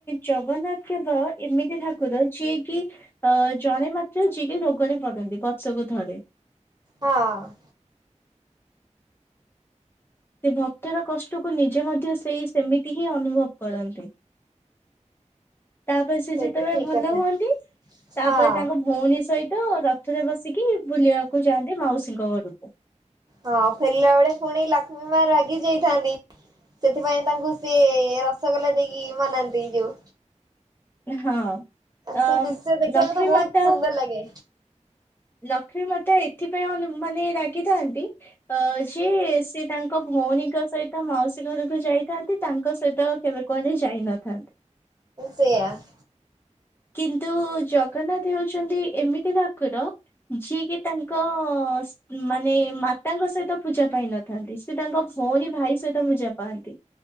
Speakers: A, on the left; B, on the right.
A: ଜଗନ୍ନାଥ କେବଳ ଏମିତି ଠାକୁର ଯିଏ କି। ଅ ଜଣେ ମାତ୍ର ଯିଏ କି ରୋଗରେ ପଡ଼ନ୍ତି ବର୍ଷ କୁ ଥରେ।
B: ହଁ ।
A: ସେ ଭକ୍ତର କଷ୍ଟକୁ ନିଜେ ମଧ୍ୟ ସେଇ ସେମିତି ହିଁ ଅନୁଭବ କରନ୍ତି। ତାପରେ ସେ
B: ସେଇଟା
A: ଯେତେବେଳେ
B: ଠିକ
A: ଭଲ
B: କଥା
A: ହୁଅନ୍ତି ତାପରେ
B: ହଁ
A: ତାଙ୍କ ଭଉଣୀ ସହି ରଥରେ ବସିକି ବୁଲିବାକୁ ଯାଆନ୍ତି ମାଉସୀଙ୍କ ଘରକୁ।
B: ହଁ ଫେରିଲା ବେଳେ ପୁଣି ଲକ୍ଷ୍ମୀ ମା ରାଗି ଯାଇଥାନ୍ତି। ସେଥିପାଇଁ ତାଙ୍କୁ ସିଏ ରସଗୋଲା ଦେଇକି ମନାନ୍ତି ଯୋଉ।
A: ହଁ ।
B: ସେ
A: ଅ
B: ଦୃଶ୍ୟ ଦେଖିବାକୁ
A: ଲକ୍ଷ୍ମୀ
B: ତ ବହୁତ
A: ମାତା
B: ସୁନ୍ଦର ଲାଗେ
A: ଲକ୍ଷ୍ମୀ ମା ତା ଏଥିପାଇଁ ମାନେ ରାଗିଥାନ୍ତି ଅ ଯେ ସେ ତାଙ୍କ। ଭଉଣୀଙ୍କ ସହିତ ମାଉସୀ ଘରକୁ ଯାଇଥାନ୍ତି ତାଙ୍କ ସହିତ କେବେ କୁଆଡ଼େ ଯାଇନଥାନ୍ତି।
B: ସେୟା ।
A: କିନ୍ତୁ ଜଗନ୍ନାଥ ହଉଛନ୍ତି ଏମିତି ଠାକୁର। ଯିଏ କି ତାଙ୍କ ସ ମାନେ ମାତାଙ୍କ ସହିତ। ପୂଜା ପାଇ ନଥାନ୍ତି ସେ ତାଙ୍କ ଭଉଣୀ ଭାଇ ସହିତ ପୂଜା ପାଆନ୍ତି।